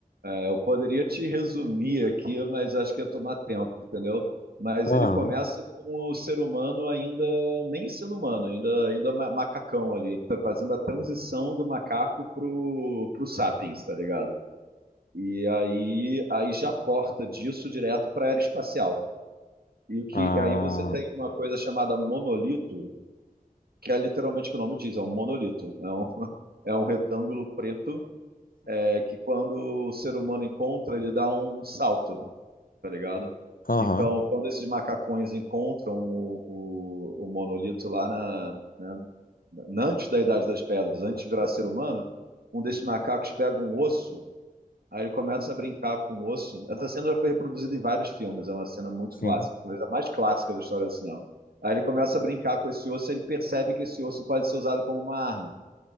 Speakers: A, on the right; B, on the left.
A: Eu poderia te resumir aqui, mas acho que ia tomar tempo, entendeu? Mas
B: Aham.
A: ele começa com o ser humano ainda nem sendo humano, ainda ainda ma- macacão ali, tá fazendo a transição do macaco pro pro sapiens, tá ligado? E aí aí já corta disso direto para a era espacial. E o que
B: Ah,
A: aí você tem uma coisa chamada monolito, que é literalmente o que o nome diz, é um monolito, é um <laughs> é um retângulo preto, é que quando o ser humano encontra, ele dá um salto. tá ligado?
B: aham.
A: Então, quando esses macacões encontram o, o, o monolito lá na, né, na- antes da Idade das Pedras, antes de virar ser humano, um desses macacos pega um osso, aí ele começa a brincar com o osso. Essa cena já foi reproduzida em vários filmes, é uma cena muito
B: Sim,
A: clássica, talvez a mais clássica da história do cinema. Aí ele começa a brincar com esse osso, ele percebe que esse osso pode ser usado como uma arma.